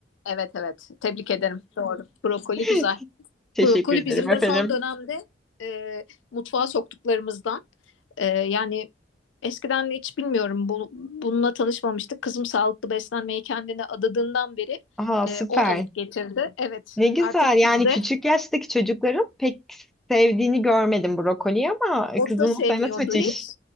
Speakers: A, on the left (about 85°); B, in the centre.
A: Evet evet. Tebrik ederim. Doğru. Brokoli
B: <laughs>
A: güzel.
B: Teşekkür
A: Brokoli
B: ederim
A: bizim
B: efendim.
A: de son dönemde e, mutfağa soktuklarımızdan. E, yani eskiden hiç bilmiyorum bu, bununla tanışmamıştık. Kızım sağlıklı beslenmeye kendine adadığından beri
B: Aa süper.
A: e, o alıp getirdi. Evet.
B: Ne güzel.
A: Artık
B: Yani
A: bizde
B: küçük yaştaki çocukların pek sevdiğini görmedim brokoliyi ama
A: o
B: kızının
A: da sevmiyordu
B: sevmesi müthiş.
A: hiç.